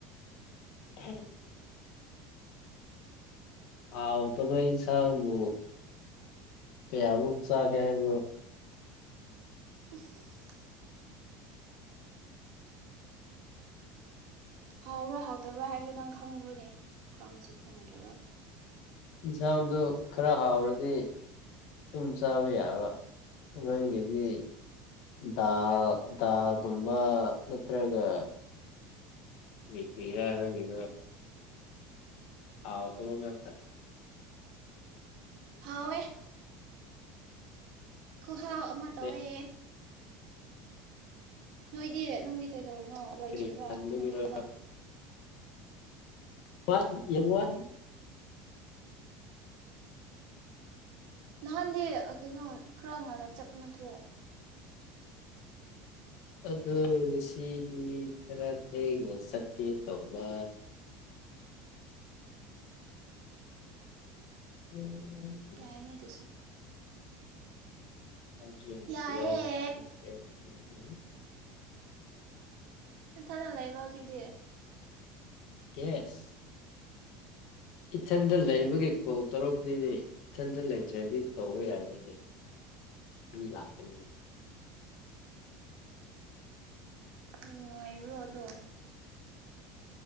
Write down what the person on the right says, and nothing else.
ꯏꯁ ꯍꯥꯎꯕ꯭ꯔꯥ ꯍꯥꯎꯇꯕ꯭ꯔꯥ ꯍꯥꯏꯕꯗꯨ ꯅꯪ ꯈꯪꯕ꯭ꯔꯅꯦ ꯈꯪꯁꯨ ꯈꯪꯗ꯭ꯔꯒ꯫
ꯍꯥꯎꯋꯦ ꯈꯨꯍꯥꯎ ꯑꯃꯥ
ꯇꯧꯋꯦ ꯅꯣꯏꯗꯤ ꯅꯪꯗꯤ ꯀꯩꯗꯧꯔꯤꯅꯣ ꯂꯣꯏꯗ꯭ꯔꯤꯕ꯭ꯔꯥ
ꯅꯪꯒꯤ ꯊꯥꯕꯛ
ꯅꯍꯥꯟꯗꯤ ꯀꯩꯅꯣ ꯈꯔꯥ ꯉꯟꯅꯥ ꯆꯠꯄ ꯅꯠꯇ꯭ꯔꯣ
ꯌꯥꯏꯅꯦ ꯑꯗꯨꯁꯨ
ꯌꯥꯏꯌꯦ ꯅꯥꯊꯟꯗꯥ ꯂꯩꯕ꯭ꯔꯣ ꯍꯧꯖꯤꯛꯗꯤ?
ꯅꯨꯡꯉꯥꯏꯕ꯭ꯔꯣ ꯑꯗꯨ?